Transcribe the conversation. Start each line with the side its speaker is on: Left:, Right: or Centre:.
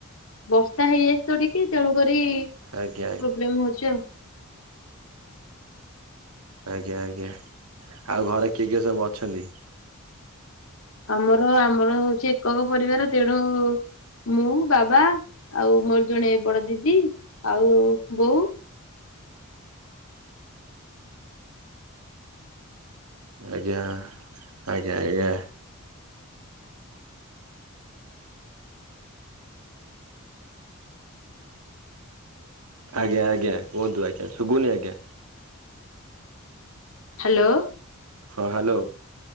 Left: ବର୍ଷା ହେଇଯାଇ ତ ଟିକେ ତେଣୁ କରି ପ୍ରୋବ୍ଲେମ
Right: ଆଜ୍ଞା ଆଜ୍ଞା
Left: ହଉଛି ଆଉ
Right: ଆଜ୍ଞା ଆଜ୍ଞା, ଆଉ ଘରେ କିଏ କିଏ ସବୁ ଅଛନ୍ତି?
Left: ଆମର ଆମର ହଉଛି ଏକକ ପରିବାର ତେଣୁ ମୁଁ ବାବା ଆଉ ମୋର ଜଣେ ବଡ଼ ଦିଦି ଆଉ ବୋଉ।
Right: ଆଜ୍ଞା ଆଜ୍ଞା ଆଜ୍ଞା। ଆଜ୍ଞା ଆଜ୍ଞା କୁହନ୍ତୁ ଆଜ୍ଞା ସୁବୁନି ଆଜ୍ଞା।
Left: ହାଲୋ
Right: ହଁ ହାଲୋ